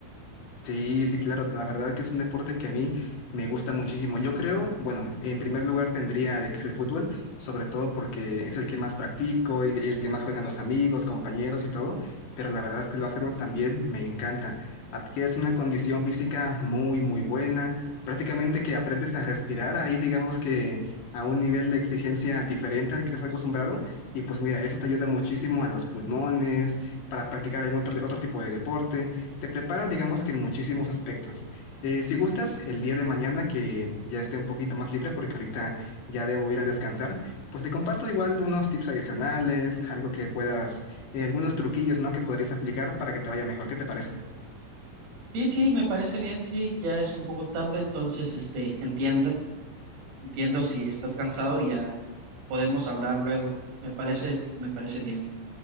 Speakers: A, on the left; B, on the right.
A: Sí, sí, claro, la verdad que es un deporte que a mí me gusta muchísimo. Yo creo, bueno, en primer lugar tendría el que es el fútbol, sobre todo porque es el que más practico y, y el que más juegan los amigos, compañeros y todo, pero la verdad es que el básquetbol también me encanta. Adquieres una condición física muy, muy buena, prácticamente que aprendes a respirar ahí, digamos que a un nivel de exigencia diferente al que estás acostumbrado, y pues mira, eso te ayuda muchísimo a los pulmones, para practicar algún otro, otro tipo de deporte. Te prepara, digamos que en muchísimos aspectos. Eh, si gustas, el día de mañana que ya esté un poquito más libre, porque ahorita ya debo ir a descansar, pues te comparto igual unos tips adicionales, algo que puedas, eh, algunos truquillos, ¿no? Que podrías aplicar para que te vaya mejor. ¿Qué te parece?
B: Sí, sí, me parece bien, sí, ya es un poco tarde, entonces, este, entiendo, entiendo si estás cansado, ya podemos hablar luego. Me parece, me parece bien.